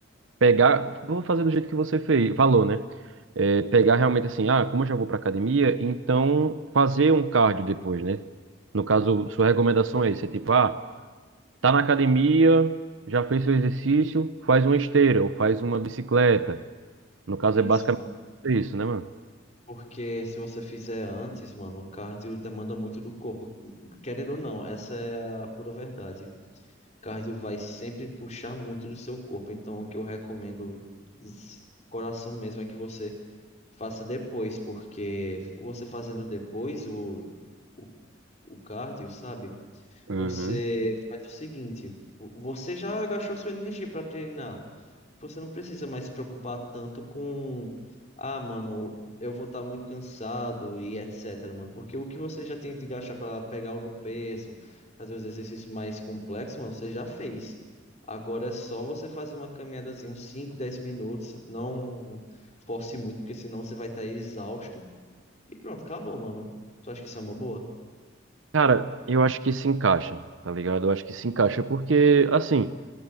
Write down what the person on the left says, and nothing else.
Isso,
mano.
Porque se você fizer antes, mano, o cardio demanda muito do corpo. Querendo ou não, essa é a pura verdade. Cardio vai sempre puxar muito do seu corpo. Então, o que eu recomendo, s- coração mesmo, é que você faça depois, porque você fazendo depois o, o, o cardio, sabe?
Você faz o seguinte, vo- você já gastou sua energia pra treinar. Você não precisa mais se preocupar tanto com, ah, mano, eu vou estar muito cansado e etc, mano, porque o que você já tem de gastar pra pegar no peso, fazer os exercícios mais complexos, mano, você já fez. Agora é só você fazer uma caminhadazinha, uns 5, 10 minutos, não force muito, porque senão você vai estar exausto. E pronto, acabou, mano. Tu acha que isso é uma boa?